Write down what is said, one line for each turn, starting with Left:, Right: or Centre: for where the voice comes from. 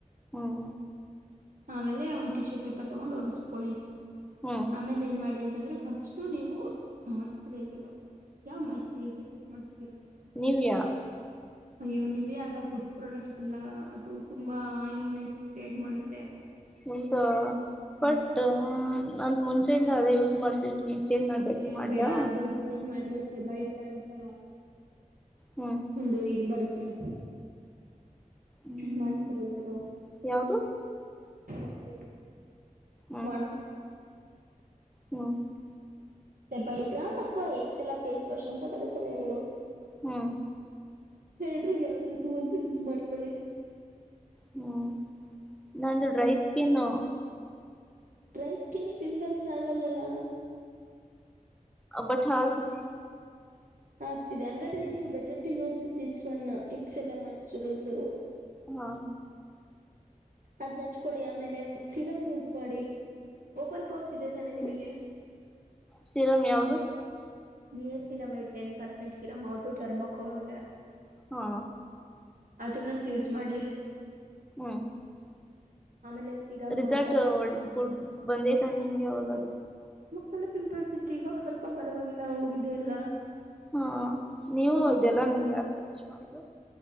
Centre: ಊಂ.
Right: ಆಮೇಲೆ ಒಂದ್ ಟಿಶ್ಯೂ ಪೇಪರ್ ತಗೊಂಡು ಒರುಸ್ಕೊಳ್ಳಿ.
Centre: ಹ್ಮ್
Right: ಆಮೇಲೆ ಏನ್ ಮಾಡಿ ಅನ್ <unintelligible> ಫಸ್ಟ್ ನೀವು ಮಾಯ್ಸ್ ಚರೈಸರು, ಯಾವ್ ಮಾಯ್ಸ್ ಚರೈಸರ್ ಯೂಸ್ ಮಾಡ್ತಿದ್ದೀರಾ?
Centre: ನೀವ್ಯಾ
Right: ಅಯ್ಯೋ ನಿವ್ಯಾ ಎಲ್ಲ ಗುಡ್ ಪ್ರಾಡಕ್ಟ್ಸ್ ಅಲ್ಲ ಅದು ತುಂಬಾ ಆಯಿಲ್ನೆಸ್ ಕ್ರಿಯೇಟ್ ಮಾಡುತ್ತೆ.
Centre: ಹೌದಾ ಬಟ್ಟಾ
Right: ಹ
Centre: ನಾನ್ ಮುಂಚೆಯಿಂದ ಅದೇ ಯೂಸ್ ಮಾಡ್ತಿದ್ದೀನಿ. ಚೇಂಜ್ ಮಾಡ್ಬೇಕು
Right: ಬೇಡ
Centre: ಮಾಡ್ಲಾ
Right: ಬೇಡ ಅದು ಚೇಂಜ್ ಮಾಡ್ರೆ ಹೆಬೈಡ್ರಾ ಅಂತ
Centre: ಹ್ಮ್
Right: ಒಂದು ಇದು ಬರುತ್ <inaudible>
Centre: ಹ್ಮ್
Right: ಮಾಯ್ಸ್ ಚರೈಸರು
Centre: ಯಾವುದು
Right: <unintelligible>
Centre: ಹ್ಮ್
Right: ಮಾಡ್ಕೊ.
Centre: ಹ್ಮ್
Right: <unintelligible> ಸೆಬೈಡ್ರಾ ಮಾತ್ವ ಎಕ್ಸೆಲಾ ಫೇಸ್ ವಾಷ್ ಅಂತ ಬರ್ತ್ತವೆ ಎರಡು.
Centre: ಹ್ಮ್
Right: ಎರ್ಡ್ರಗ್ ಯಾವ್ದಾದ್ರು ಒಂದ್ ಯೂಸ್ ಮಾಡ್ಕೊಳಿ.
Centre: ಹ್ಮ್ ನಂದು ಡ್ರೈ ಸ್ಕಿನು.
Right: ಡ್ರೈ ಸ್ಕಿನಿಗ್ ಪಿಂಪಲ್ಸ್ ಆಗಲ್ಲಲ್ಲ.
Centre: ಬಟ್ ಹಾಕಿದ್.
Right: ಆಗ್ತಿದೆ ಹಂಗಾದ್ರೆ ನೀವು better to use this one ಎಕ್ಸೆಲ moisturiser.
Centre: ಮಾ.
Right: ಅದ್ನಚ್ಕೊಳಿ ಆಮೇಲೆ ಸಿರಮ್ ಯಸ್ ಮಾಡಿ ಓಪನ್ ಪೋರ್ಸ್. ಇದೆ ತಾನೆ
Centre: ಸಿ
Right: ನಿಮಗೆ
Centre: ಸಿರಂ ಯಾವ್ದು.
Right: ನಿಯಸಿನಮೈಡ್ ಟೆನ್ ಪರ್ಸೆಂಟ್ ಸಿರಮ್ ಅವ್ರ್ದು ಡರ್ಮಕೊ ಅವ್ರ್ದೆ.
Centre: ಹಾ
Right: ಅದುನ್ನೊಂದ್ ಯೂಸ್ ಮಾಡಿ.
Centre: ಹ್ಮ
Right: ಆಮೇಲೆ ಸಿರಮ್
Centre: ರಿಸಲ್ಟು
Right: ಆಯ್ತಾ
Centre: ಒಳ್ ಗುಡ್ ಬಂದೈತಾ ನಿಮ್ಗೆ ಯಾವಾಗಾದ್ರೂ.
Right: ಪಲು ಪಿಂಪಲ್ಸ್ ಸುತ್ತಿ ಇವಾಗ್ ಸ್ವಲ್ಪ ಪರ್ವಾಗ್ ಗಿಲ್ಲ ಹೋಗಿದೆ ಎಲ್ಲ.
Centre: ಹಾ ನೀವು ಇದೆಲ್ಲಾ ನಿಮ್ಗೆ ಯಾರು ಸಜೆಸ್ಟ್ ಮಾಡಿದ್ದು